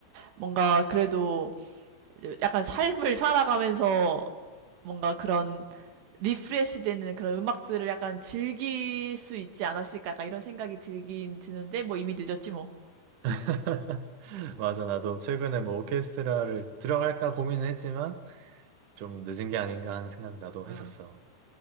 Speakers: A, on the right; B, on the right.
A: 뭔가 그래도 약간 삶을 살아가면서 뭔가 그런 리프레시 되는 그런 음악들을 약간 즐길 수 있지 않았을까 약간 이런 생각이 들긴 드는데 뭐 이미 늦었지 뭐.
B: <laughs> 맞아, 나도 최근에 뭐 오케스트라를 들어갈까 고민은 했지만 좀 늦은 게 아닌가 하는 생각 나도
A: 어,
B: 했었어.